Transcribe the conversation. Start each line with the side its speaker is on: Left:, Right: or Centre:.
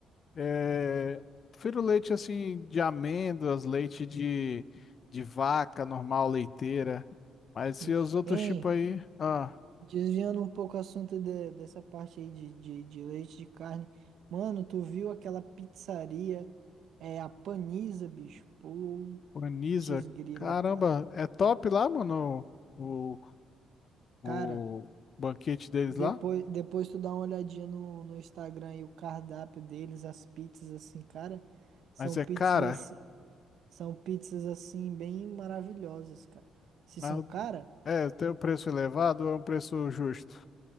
Left: é, prefiro leite assim de amêndoas, leite de, de vaca normal, leiteira. Mas se
Right: Sim.
Left: os outros
Right: Hein,
Left: tipos aí, ah.
Right: desviando um pouco o assunto de- dessa parte aí de, de, de leite de carne. Mano, tu viu aquela pizzaria, é, a Paniza, bicho? Pô,
Left: Organiza.
Right: Desgrila,
Left: Caramba,
Right: cara.
Left: é top lá, mano, o, o
Right: Cara,
Left: banquete deles
Right: depois,
Left: lá.
Right: depois tu dá uma olhadinha no, no Instagram e o cardápio deles, as pizzas assim, cara, são
Left: Mas é
Right: pizzas
Left: cara,
Right: assim, são pizzas assim bem maravilhosas, cara. Se
Left: mas
Right: são cara?
Left: é, tem um preço elevado ou é um preço justo?